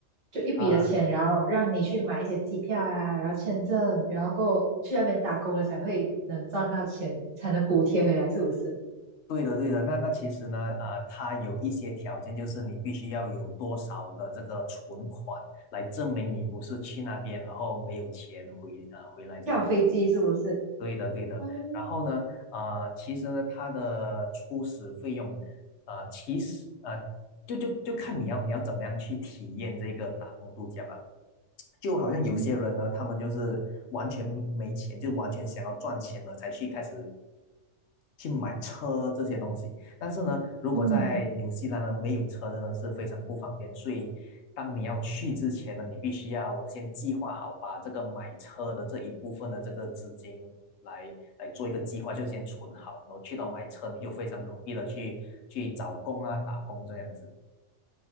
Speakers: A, on the right; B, on the left.
A: 就一笔的钱，
B: 啊。
A: 然后让你去买一些机票啊，然后签证，然后过去那边打工了才会能赚到钱，才能补贴回来，是不是？
B: 对的，对的。那那其实呢，呃，它有一些条件，就是你必须要有多少的这个存款来证明你不是去那边，然后没有钱回啊回来这样子。
A: 跳飞机是不是？
B: 对的，对的。
A: 嗯
B: 然后呢，呃，其实呢，它的初始费用，呃，其实呃，就就就看你要你要怎么样去体验这个打工度假吧。就好像有些人呢，
A: 嗯
B: 他们就是完全没钱，就完全想要赚钱了才去开始去买车这些东西。但是呢，如果在纽西兰呢没有车，
A: 嗯，
B: 真的是非常不方便。所以，当你要去之前呢，你必须要先计划好，把这个买车的这一部分的这个资金来来做一个计划，就先存好，然后去到买车，你就非常容易的去去找工啊、打工这样子。